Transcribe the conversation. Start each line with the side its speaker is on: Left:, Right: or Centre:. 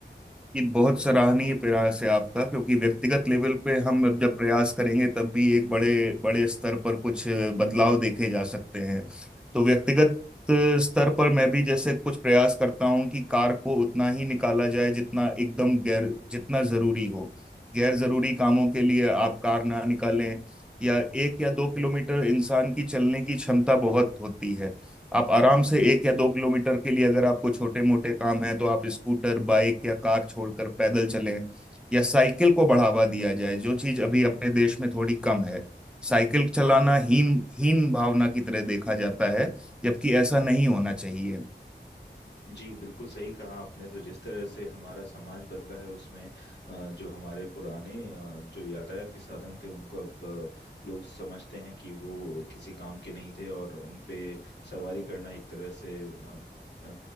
Centre: ये बहुत सराहनीय प्रयास है आपका क्योंकि व्यक्तिगत लेवल पे हम अब जब प्रयास करेंगे तब भी एक बड़े बड़े स्तर पर कुछ बदलाव देखे जा सकते हैं तो व्यक्तिगत स्तर पर मैं भी जैसे कुछ प्रयास करता हूँ कि कार को उतना ही निकाला जाए जितना एकदम गैर जितना जरूरी हो गैर जरूरी कामों के लिए आप कार ना निकालें या एक या दो किलोमीटर इंसान की चलने की क्षमता बहुत होती है आप आराम से एक या दो किलोमीटर के लिए अगर आपको छोटे मोटे काम है तो आप स्कूटर बाइक या कार छोड़कर पैदल चलें या साइकिल को बढ़ावा दिया जाए जो चीज अभी अपने देश में थोड़ी कम है साइकिल चलाना हीन हीन भावना की तरह देखा जाता है जबकि ऐसा नहीं होना चाहिए
Left: जी बिल्कुल सही कहा आपने तो जिस तरह से हमारा समाज बदला है उसमें अ, जो हमारे पुराने अ, जो यातायात के साधन थे उनको अब अ, लोग समझते हैं कि वो किसी काम के नहीं थे और उन पे सवारी करना एक तरह से अ, अ,